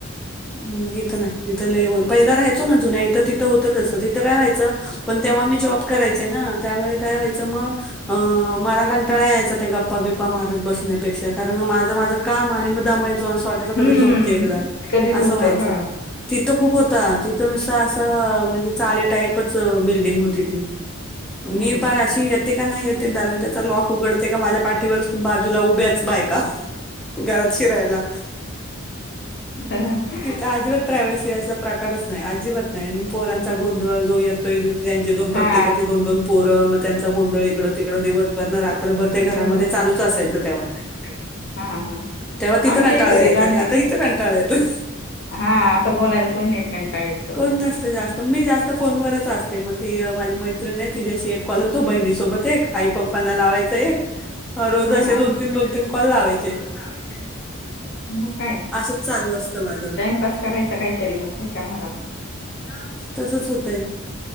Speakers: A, in the centre; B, on the left.
A: हम्म इथं नाही इथ लय बो पहिला राहायचो ना जुन्या इथं तिथं होतं तसं तिथं काय व्हायंच पण तेव्हा मी जॉब, करायचे ना त्यावेळी काय व्हायचं मग मला कंटाळा यायचा त्या गप्पा बिप् पा मारत बसण्यापेक्षा कारण माझं माझं काम आणि मग दमायचो असं वाटयचं
B: हम्म
A: कधी झोपते एकदा.
B: कधी झोपल
A: असं व्हायचं,
B: हा
A: तिथं खूप होत तिथं नुसतं असं म्हणजे चाळी टाईप च बिल्डिंग होती ती. मी
B: हम्म
A: पार
B: हम्म.
A: अशी येते का नाही येते दरवाजाचा लॉक उघडते का माझ्या पाठीवर बाजूला उभ्यात. बायका घरात शिरायला.
B: हा ह ह <unintelligible>
A: तिथं अजिबात प्रायवसी अशा प्रकारच नाही अजिबात नाही आणि पोरांचा गोंधळ जो येत तोय त्यांचे दोन प्र
B: हा
A: प्रत्येकाची दोन दोन पोरं, मग त्यांचा गोंधळ इकडं तिकडं दिवसभर न रात्रभर ते
B: दिवसभर
A: घरामध्ये चालूच असायचं तेव्हा.
B: <inaudible> हा
A: तेव्हा तिथं
B: आमच्या
A: कंटाळा
B: इथं
A: यायचा
B: ते लहान
A: आणि
B: लेक
A: आता इथ कंटाळा येतोय.
B: हा आता बोलायला कोण नाहीत कंटाळा येतो
A: कोण नसतं जास्त मी जास्त फोनवरच असतं. ते मग ती माझी मैत्रीण तिच्या्याशी एक कॉल होतो बहिणी सोबत एक आई पप्पांना लावायच एक. अं, रोज
B: हा
A: असे दोन
B: रोज
A: तीन दोन
B: असे दोग
A: कॉल
B: तीन
A: लावायचे
B: दोन तीन काॅल लावायचे. मग काय-
A: असंच चालू असतं माझं
B: टाइमपास करायच काहीतरी मग काय करणार आता.
A: तसच होतंय.